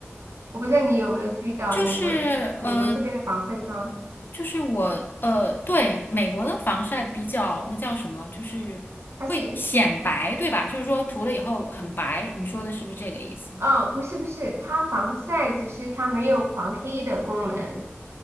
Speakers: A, on the right; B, on the left.
A: 我不知道你有没有注意到美国美国这边的防晒霜，
B: 就是呃，就是我呃，对，美国的防晒比较那叫什么，就是会显白，
A: 它是
B: 对吧？就是说涂了以后很白，你说的是不是这个意思？
A: 哦，不是不是，它防晒只是它没有防黑的功能，